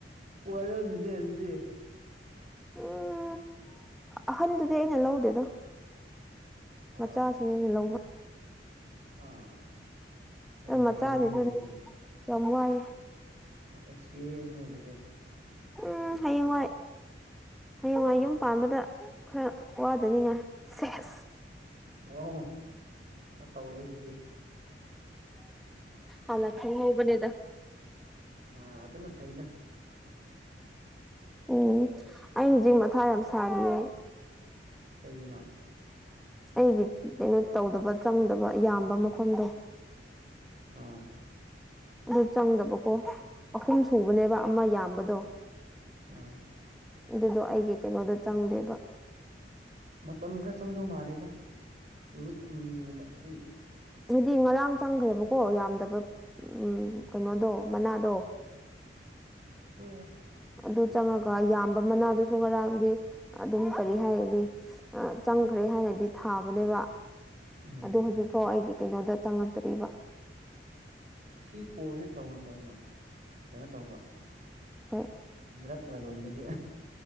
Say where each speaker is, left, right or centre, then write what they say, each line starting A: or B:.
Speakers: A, on the right; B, in the centre.
A: ꯋꯥꯔꯝꯅꯦ ꯑꯗꯨꯗꯤ
B: ꯎꯝ ꯑꯍꯟꯗꯨꯗꯤ ꯑꯩꯅ ꯂꯧꯗꯦꯗꯣ
A: ꯑꯥ
B: ꯃꯆꯥꯁꯤꯡ ꯑꯩꯅ ꯂꯧꯕ
A: ꯑꯥ ꯌꯥꯝ
B: ꯑ ꯃꯆꯥꯗꯤꯗꯨꯅꯦ
A: ꯍꯩꯔꯝꯅꯤꯅꯦ ꯑꯗꯨꯗꯤ
B: ꯌꯥꯝ ꯋꯥꯏꯑꯦ
A: ꯑꯦꯛꯁꯄꯤꯔꯤꯌꯦꯟꯁꯅꯦꯗꯤ
B: ꯎꯝ ꯍꯌꯦꯡ ꯋꯥꯥꯏ ꯍꯌꯦꯡꯋꯥ ꯌꯨꯝ ꯄꯥꯟꯕꯗ ꯈꯔ ꯋꯥꯗꯅꯤꯡꯉꯥꯏ ꯁꯦꯁ
A: ꯋꯥ ꯈꯔ ꯇꯧꯔꯦ ꯁꯤꯗꯤ
B: ꯍꯂ ꯊ ꯍꯕꯅꯦꯗ
A: ꯑ ꯑꯗꯨꯅ ꯐꯩꯗ <unintelligible>
B: ꯎꯝ ꯑꯩ ꯍꯧꯖꯤꯛ ꯃꯊꯥ ꯌꯥꯝ ꯁꯥꯔꯤꯌꯦ
A: ꯀꯩꯒꯤꯅꯣ
B: ꯑꯩꯒꯤ ꯀꯩꯅꯣ ꯇꯧꯗꯕ ꯆꯪꯗꯕ ꯌꯥꯝꯕ ꯃꯐꯝꯗꯣ
A: ꯑꯥ
B: ꯑꯗꯨ ꯆꯪꯗꯕꯀꯣ ꯑꯍꯨꯝ ꯁꯨꯕꯅꯦꯕ ꯑꯃ ꯌꯥꯝꯕꯗꯣ
A: ꯑꯥ
B: ꯑꯗꯨꯗꯣ ꯑꯩꯒꯤ ꯀꯩꯅꯣꯗ ꯆꯪꯗꯦꯕ
A: ꯃꯇꯝ ꯈꯔ ꯆꯪꯗꯧ ꯃꯥꯜꯂꯦꯗ ꯅꯨꯃꯤꯠ ꯍꯨꯝꯅꯤꯒꯨꯝꯕ ꯑꯗꯨꯏꯅ
B: ꯍꯥꯏꯗꯤ ꯉꯔꯥꯡ ꯆꯪꯈ꯭ꯔꯦꯕꯀꯣ ꯌꯥꯝꯗꯕ ꯎꯝ ꯀꯩꯅꯣꯗꯣ ꯃꯅꯥꯗꯣ
A: ꯍꯣꯏ
B: ꯑꯗꯨ ꯆꯪꯉꯒ ꯌꯥꯝꯕ ꯃꯅꯥꯗꯨꯁꯨ ꯉꯔꯥꯡꯗꯤ ꯑꯗꯨꯝ ꯀꯔꯤ ꯍꯥꯏꯅꯤ ꯑ ꯆꯪꯈ꯭ꯔꯦ ꯍꯥꯏꯅꯗꯤ ꯊꯥꯕꯅꯦꯕ
A: ꯎꯝ
B: ꯑꯗꯨ ꯍꯧꯖꯤꯛ ꯐꯥꯎ ꯑꯩꯒꯤ ꯀꯩꯅꯣꯗ ꯆꯪꯉꯛꯇꯣꯔꯤꯕ
A: ꯁꯤ ꯀꯣꯜꯁꯦ ꯇꯧꯅ ꯇꯧꯅ ꯀꯩꯅꯣ ꯇꯧꯕ
B: ꯑꯩꯈꯣꯏ
A: ꯗ꯭ꯔꯛ ꯂꯂꯣꯟꯕꯒꯤ